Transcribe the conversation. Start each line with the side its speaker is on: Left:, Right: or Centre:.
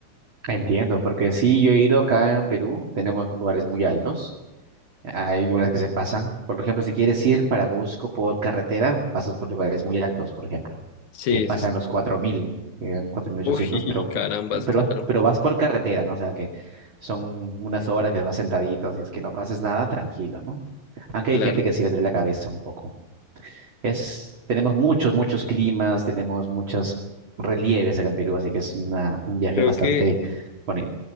Right: Entiendo, porque sí, yo he ido acá en Perú, tenemos lugares muy altos Hay lugares que se pasan. Por ejemplo, si quieres ir para Cusco por carretera, pasas por lugares muy altos, por ejemplo,
Left: Sí,
Right: que pasan
Left: sí, sí.
Right: los 4.000, eh, cuatro mil ochocientos,
Left: Uy,
Right: pero,
Left: carambas,
Right: pero,
Left: claro,
Right: vas- pero vas por carretera, ¿no? O sea que son unas horas que vas sentadito, si es que no pases nada, tranquilo, ¿no? Aunque hay
Left: claro.
Right: gente que sí le duele la cabeza un poco. Es, tenemos muchos, muchos climas, tenemos muchos relieves acá en Perú, así que es una, un viaje
Left: Creo
Right: bastante
Left: que
Right: bonito.